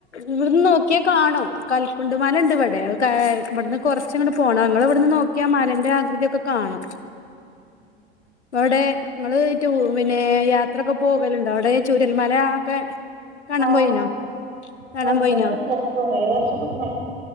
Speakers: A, on the left; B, on the right.
A: ഇവിട്ന്ന് നോക്കിയാ കാണു കൽക്കുണ്ട് മലണ്ട് ഇവിടെ കാ ഇവിടുന്ന് കൊറച്ചങ്ങട് പോണം ഞങ്ങളവിടുന്ന് നോക്കിയാ മലന്റെ ആകൃതിയൊക്കെ കാണും
B: <inaudible>
A: അവിടെ ങ്ങള് ടൂ പിന്നെ യാത്രൊക്കെ പോകലുണ്ടാവിടെ ചുരൽമല ഒക്കെ കാണാൻ
B: ആഹ്
A: പോയിനോ കാണാൻ
B: കണ്ടിട്ടുണ്ട്
A: പോയിനോ
B: കൊറേ വർഷം മുന്നെ